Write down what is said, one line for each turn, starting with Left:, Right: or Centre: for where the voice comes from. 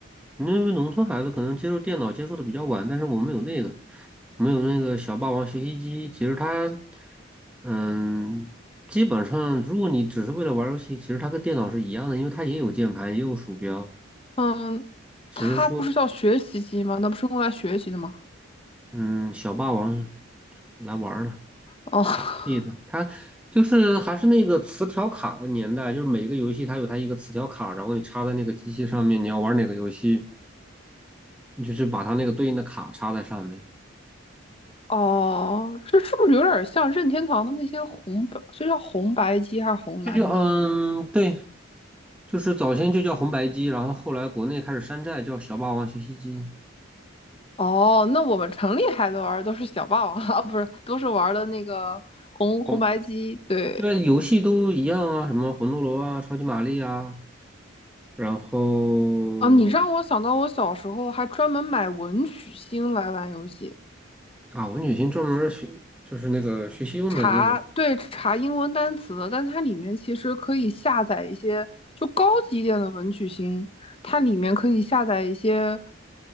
Centre: 因为农村孩子可能接触电脑接触的比较晚，但是我们有那个，我们有那个小霸王学习机。其实它，嗯，基本上如果你只是为了玩儿游戏，其实它跟电脑是一样的，因为它也有键盘，也有鼠标，
Left: 嗯，
Centre: 只是说，
Left: 它不是叫学习机吗？那不是用来学习的吗？
Centre: 嗯，小霸王来玩儿了。
Left: 哦 <laughs>
Centre: 对的，它就是还是那个磁条卡的年代，就是每个游戏它有它一个磁条卡，然后你插在那个机器上面，你要玩哪个游戏。你就是把它那个对应的卡插在上面，
Left: 哦，这是不是有点像任天堂的那些红白，这叫红白机还是红蓝机？
Centre: 这就嗯，对，就是早先就叫红白机，然后后来国内开始山寨叫小霸王学习机，
Left: 哦，那我们城里孩子玩儿都是小霸王 <laughs> 啊，不是，都是玩儿的那个红红白机，
Centre: 红，
Left: 对。
Centre: 对，游戏都一样啊，什么魂斗罗啊、超级玛丽啊，然后
Left: 啊，你让我想到我小时候还专门买文曲星来玩游戏，
Centre: 啊，文曲星专门儿学就是那个学习用的那个，
Left: 查，对，查英文单词的，但它里面其实可以下载一些就高级一点的文曲星，它里面可以下载一些